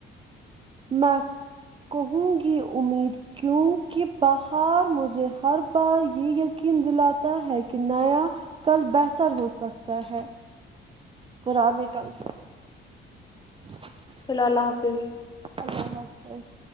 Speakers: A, on the right; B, on the left.
A: میں کہوں کی امید کی کیونکہ بہار مجھے ہر بار یہ یقین دلاتا ہے کہ نیا کل بہتر ہو سکتا ہے پرانے کل سے <inaudible>
B: چلو اللہ حافظ
A: اللہ حافظ